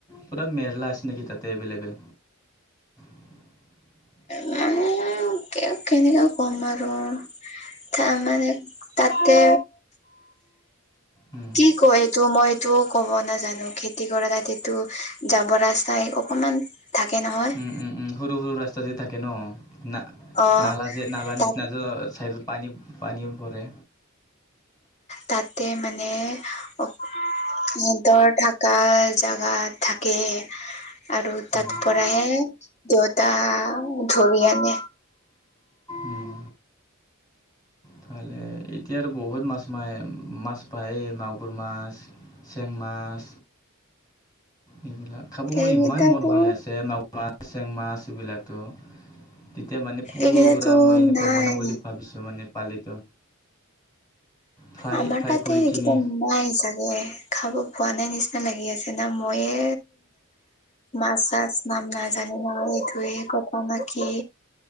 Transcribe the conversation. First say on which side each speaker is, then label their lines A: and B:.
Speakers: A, on the left; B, on the left.
A: পুৰা মেল্লা আছ ছে নেকি তাতে এভেলেবেল? <inaudible>
B: মানে কেনেকা ক'ম বাৰু। তাৰ মানে তাতে
A: উম।
B: কি কয় এইটো মইটো ক'ব নাজানো, খেতি কৰা তাতেটো যাবৰ ৰাস্তাই অকমান থাকে নহয়।
A: উম, উম, উম, সৰু সৰু ৰাস্তা যে থাকে ন' না-নালা
B: অ
A: যে নালা
B: তাত
A: নিচিনা যে ছাইডত পানী পানীও পৰে।
B: তাতে মানে অক সিহঁতৰ থাকা জাগাত থাকে। আৰু
A: উম,
B: তাত পৰাহে দেউতা ধৰি আনি
A: উম, ভালে এতিয়া আৰু বহুত মাছ মাৰে, মাছ পায়েই, মাগুৰ মাছ, চেং মাছ। এইবিলাক, খাব মই
B: এইকেইটাতো
A: ইমান মন হৈ আছে, মাগুৰ মাছ, চেং মাছ এইবিলাকতো। তেতিয়া মানে পুৰা
B: এইকেইটাতো
A: মই এনেকুৱা
B: নাই
A: বনাম বুলি ভাবিছোঁ, মানে পালিটো। ফ্ৰাই
B: আমাৰ
A: ফ্ৰাই
B: তাতেই
A: কৰি
B: এইকেইটা
A: কিনি
B: নাই চা গে, খাব পোৱা নাই নিচিনা লাগি আছে না, মইয়ে মাছ চাছ না নাম নাজানো মই এইটোয়েই ক'ব না কি?